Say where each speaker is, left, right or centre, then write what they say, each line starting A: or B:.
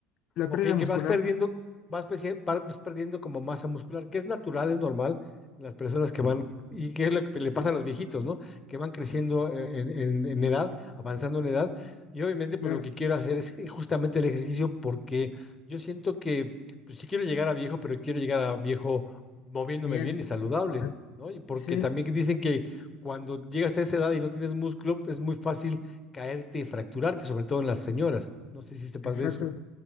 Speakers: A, on the left (about 55°); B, on the left (about 15°).
A: la
B: Ok,
A: pérdida muscular,
B: que vas perdiendo, vas, perci- vas perdiendo como masa muscular, que es natural, es normal en las personas que van, y que es lo que le pasa
A: sí,
B: a los viejitos, ¿no? Que van creciendo eh, en, en- en edad, avanzando en edad. Y obviamente, pues
A: claro,
B: lo que quiero hacer es justamente el ejercicio porque yo siento que, pues sí quiero llegar a viejo, pero quiero llegar a viejo moviéndome
A: bien,
B: bien y saludable,
A: correcto,
B: ¿no? Y porque
A: sí,
B: también dicen que cuando llegas a esa edad y no tienes músculo, es muy fácil caerte y fracturarte, sobre todo en las señoras. No sé si sepas
A: exacto.
B: de eso.